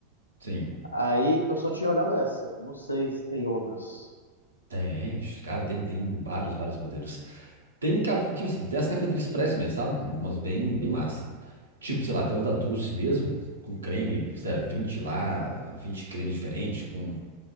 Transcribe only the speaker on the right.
sim.
Tem, ixi, cara, tem, tem vários, vários modelos. Tem, ca- tipo assim, tem as cafeterias express mesmo, sabe? Umas bem, bem massa. Tipo, sei lá, tem uma da Dulce mesmo, com creme, sei lá, vinte lá, 20 cremes diferentes, com...